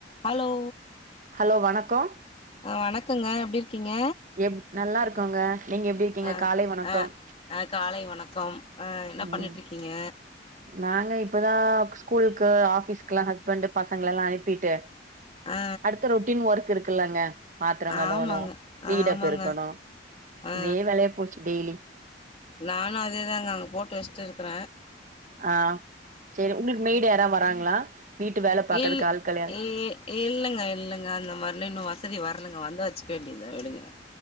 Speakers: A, on the left; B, on the right.
A: Hello
B: hello வணக்கோ
A: ஆ வணக்கங்க எப்டி இருக்கீங்க
B: எப் நல்லா இருக்கோங்க நீங்க எப்டி இருக்கீங்க
A: ஆ
B: காலை வணக்கம்
A: ஆ ஆ காலை வணக்கம் ஆ என்ன
B: ம்
A: பண்ணிட்ருக்கீங்க
B: நாங்க இப்பதா ஸ்கூலுக்கு ஆஃபீஸ்க்குலா ஹஸ்பண்ட் பசங்கள எல்லா அனுப்பிட்டு
A: ஆ
B: அடுத்த ரொட்டீன் ஒர்க் இருக்குல்லங்க பாத்திர
A: ஆமாங்க
B: கழுவணு வீட
A: ஆமாங்க
B: பெருக்கனு
A: ஆ
B: இதே வேலையா போச்சி டெய்லி
A: நானு அதே தாங்க அங்க போட்டு வச்ட்டு இருக்கற
B: ஆ செரி உங்களுக்கு மெய்டு யாரா வாராங்களா வீட்டு வேல பாக்கறக்கு
A: இல்
B: ஆள்கள் யாரு
A: இ இல்லங்க இல்லங்க அந்த மாரிலா இன்னு வசதி வரலங்க வந்தா வச்சுக்க வேண்டியதா விடுங்க